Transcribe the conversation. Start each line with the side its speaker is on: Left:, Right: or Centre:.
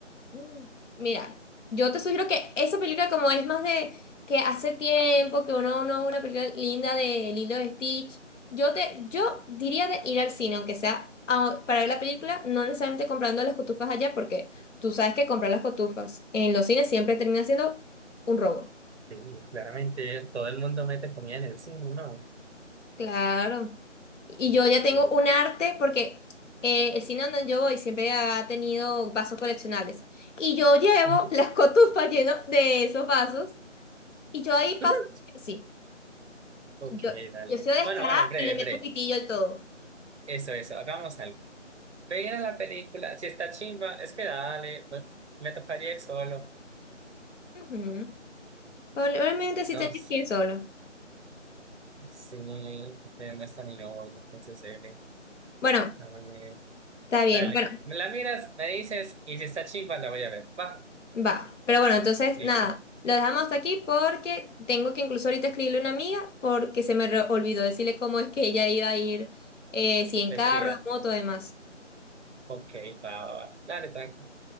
Left: Mm. Mira, yo te sugiero que esa película como es más de que hace tiempo que uno no ve una película linda de Lilo y Stitch, yo te yo diría de ir al cine, aunque sea a- para ver la película, no necesariamente comprando las cotufas allá, porque tú sabes que comprar las cotufas en los cines siempre termina siendo un robo.
Right: sí, claramente todo el mundo mete comida en el cine, ¿no?
Left: Claro. Y
Right: Sí,
Left: yo ya tengo
Right: sí.
Left: un arte porque eh, el cine donde yo voy siempre ha tenido vasos coleccionables. Y yo llevo
Right: Ujú.
Left: <laughs> las cotufas llenas de esos vasos. Y yo ahí paso.
Right: <laughs>
Left: Sí,
Right: Ok,
Left: yo,
Right: dale.
Left: yo soy descarada
Right: Bueno, bueno, breve,
Left: y le meto
Right: breve.
Left: pitillo al todo.
Right: Eso, eso. Hagamos algo. Mira la película, si está chimba, es que dale, me, me toparía ir solo.
Left: Ujú. Probablemente sí
Right: No,
Left: tendría
Right: s-
Left: que ir solo.
Right: sí, pero no está mi novio, entonces, eh,
Left: Bueno,
Right: no, no, no.
Left: está bien.
Right: dale,
Left: Bueno,
Right: me la miras, me dices, y si está chimba, la voy a ver. Va,
Left: Va, pero bueno, entonces
Right: listo,
Left: nada, lo dejamos hasta aquí porque tengo que incluso ahorita escribirle a una amiga porque se me re- olvidó decirle cómo es que ella iba a ir, eh, si en
Right: vestida.
Left: carro, en moto, demás.
Right: Ok, va, va, va. Dale, tranqui.